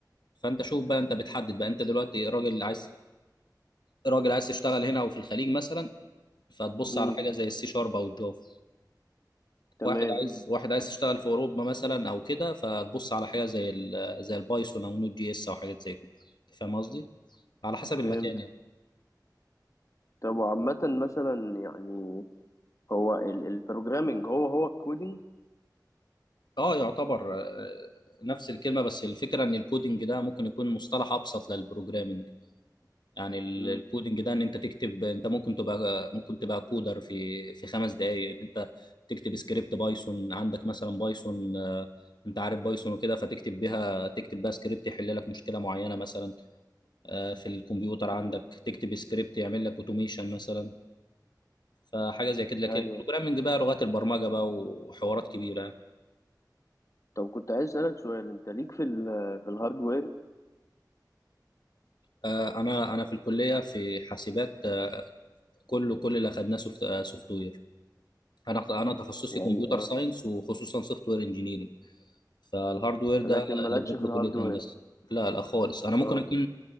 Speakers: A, on the left; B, on the left.
A: فانت شوف بقى انت بتحدد بقى انت دلوقتي راجل عايز راجل عايز تشتغل هنا او في الخليج مثلا فتبص
B: امم
A: على حاجه زي السي شارب او الجافا
B: تمام
A: واحد عايز واحد عايز يشتغل في اوروبا مثلا او كده فتبص على حاجه زي ال... زي البايثون او نوت جي اس او حاجات زي كده فاهم قصدي على حسب المكان
B: فهمت
A: يعني
B: طب وعامة مثلا يعني هو البروجرامينج هو هو الكودينج
A: اه يعتبر آه، نفس الكلمه بس الفكره ان الكودينج ده ممكن يكون مصطلح ابسط للبروجرامينج يعني ال-
B: امم
A: الكودينج ده ان انت تكتب انت ممكن تبقى ممكن تبقى كودر في في خمس دقائق ان انت تكتب سكريبت بايثون عندك مثلا بايثون آه، انت عارف بايثون وكده فتكتب بيها تكتب بقى سكريبت يحل لك مشكله معينه مثلا آه، في الكمبيوتر عندك
B: امم
A: تكتب سكريبت يعمل لك اوتوميشن مثلا فحاجه زي كده لكن
B: ايوه
A: البروجرامنج بقى لغات البرمجه بقى وحوارات كبيره
B: طب كنت عايز اسألك سؤال انت ليك في ال في الهاردوير
A: آه، انا انا في الكليه في حاسبات آه، كله كل اللي اخدناه سوفت وير انا انا تخصصي
B: يعني
A: كمبيوتر
B: اه
A: ساينس وخصوصا سوفت وير انجينيرنج فالهاردوير ده
B: لكن مالكش
A: اللي بياخده
B: في الهاردوير
A: كلية هندسة لا لا خالص انا ممكن
B: اه
A: اكون